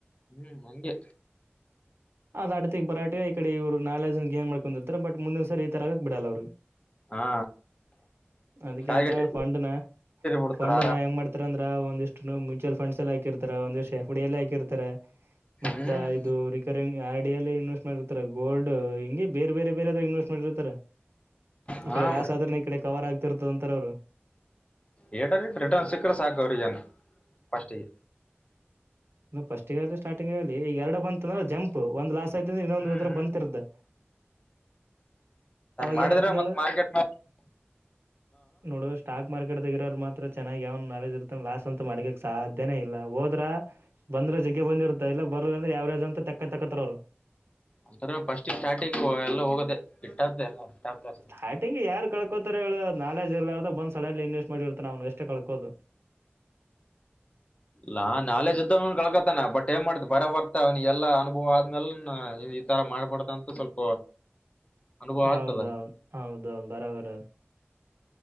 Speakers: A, on the left (about 30°); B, on the right (about 65°).
A: ಹ್ಮ್ ಹಂಗೆ
B: ಅದ್ ಅಡ್ತಿಗ್ ಬರಾಟ ಈ ಕಡೆ ಇವರು ನಾಲೆಜ್ ಗೇನ್ ಮಾಡ್ಕೊಂಡಿರ್ತಾರೆ ಬಟ್ ಮುಂದಿನ ಸರಿ ಈ ತರಗಕ್ ಬಿಡಲ್ಲ ಅವ್ರಿಗೆ
A: ಹಾ
B: ಅದಕಂತ
A: ಟಾರ್ಗೆಟ್
B: ಫಂಡ್ನ
A: ಬಿಡ್ತಾರ
B: ಫಂಡ್
A: ಆರಾಮ್
B: ನ ಹೆಂಗ ಮಾಡ್ತಾರ ಅಂದ ಒಂದಷ್ಟು ಮ್ಯೂಚುವಲ್ ಫಂಡ್ಸ್ಲ್ಲಿ ಹಾಕಿರ್ತಾರ ಒಂದಷ್ಟು ಎಫ್ ಡಿ ಎಲ್ಲಿ ಹಾಕಿರ್ತಾರೆ ಮತ್ತ
A: ಹ್ಮ್
B: ಇದು ರಿಕರಿಂಗ್ ಆರ್ ಡಿಿಯಲ್ಲಿ ಇನ್ವೆಸ್ಟ್ ಮಾಡಿರ್ತಾರ ಗೋಲ್ಡ್ ಹಂಗೆ ಬೇರೆ ಬೇರೆ ಬೇರೆ್ರು ಇನ್ವೆಸ್ಟ್ ಮಾಡಿರ್ತಾರ ಈ
A: ಹಾ
B: ಕಡೆ ಲಾಸ್
A: ಮತ್ತ
B: ಆದ್ರನೆ ಈ ಕಡೆ ಕವರ್ ಆಗ್ತಿರ್ತದಂತಾರ ಅವ್ರು
A: ರ್ ರಿಟರ್ನ್ ಸಿಕ್ಕ್ರ ಸಾಕ ಅವ್ರಜನ್ ಫಸ್ಟ್ ಗೆ
B: ಫಸ್ಟ್ ಗಲಿ ಸ್ಟಾರ್ಟಿಂಗ್ ಆಲಿ ಈ ಎರಡು ಬಂತ ಅಂದ್ರೆ ಜಂಪ್ ಒ್ ಲಾಸ್ ್ರೆ <unintelligible> ಇನ್ನೊಂದು್ರ
A: ಹಂಗ್
B: <unintelligible> ಬಂತಿರ್್ದೆ ಅವಾಗ
A: ಮಾಡಿದ್ರೆ
B: ಏನ ಆಕ್ದಳ
A: ಮತ್ ಮಾರ್ಕೆಟ್
B: <unintelligible> ನೋಡುವ ಸ್ಟಾಕ್ ಮಾರ್ಕೆಟ್ ಇರೋರು ಮಾತ್ರ ಚೆನ್ನಾಗಿ ಯಾವ ನಾಲೆಜ್ ಇರುತ್ತ ಲಾಸ್ ಅಂತ ಮಾಡಕಕ್ ಸಾಧ್ಯನೇ ಇಲ್ಲ ಹೋದ್ರ ಬಂದ ಜಗ್ಗೆ ಬಂದಿತ್ತ ಇಲ್ಲ ಬರ್ ಅಂದ್ರೆ ಯಾವರೇಜ್ ಅಂತ ತಕ್ಕ ತಕ್ಕತ್ ಅವರು
A: ಅಂತ್ರ ಬಸ್ಟಿಗೆ ಸ್ಟಾರ್ಟಿಗೆ ಎಲ್ಲ ಹೋಗೋದೆ ಇಟ್ಟ್ದ ಎಲ್ಲ್ಾಸ್
B: ಸ್ಟಾರ್ಟಿಂಗ್ ಯಾರು ಕಳ್ಕೋತಾರ ನಾಲೆಜ್ ಇರ್ ಇತ ಬಂದ್ ಸಡನ್ಲಿ ಇನ್ವೆಸ್ಟ್ ಮಾಡಿರ್ತ್ತ ಅವನ್ಗ ಅಷ್ಟೇ ಕಳ್ಕೋದು <unintelligible>
A: ನಾ ನಾಲೆಜ ಸುದ್ದನ್ ಕಳ್ಕತಾನ ಬಟ್ ಏನ್ ಮಾಡ್ತ ಬರ ಬರ್ತ ಅವನಿಗೆಲ್ಲಾ ಅನುಭವ ಆದ್ಮೇಲ್ ತರ ಮಾಡ್ಬಡ್್ದಂತು ಸ್ವಲ್ಪ ಅನುಭವ
B: ಹೌದೌದು್
A: ಆಗ್ತದ
B: ಹೌದೌ ಬರಬರೌದು